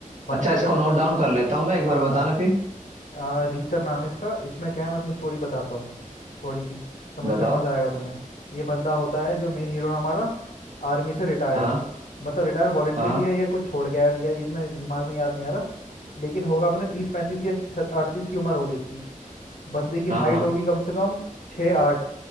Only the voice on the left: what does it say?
बंदा
क्या
हाँ
हाँ आ, रीचर नाम है इसका इसमें क्या है मैं तुम्हें स्टोरी बताता हूँ थोड़ी सी समझ
फिर मज़ा आएगा तुम्हें ये बंदा होता है जो मेन हीरो है हमारा आर्मी से रिटायर्ड
मतलब रिटायर वॉलेंट्री
लिया या कुछ छोड़ गया है, या ये इतना दिमाग में याद नहीं आ रहा लेकिन होगा अपने तीस पैंतीस या अड़तीस की उम्र होगी इसकी बंदे की
हाइट
होगी कम से कम छः आठ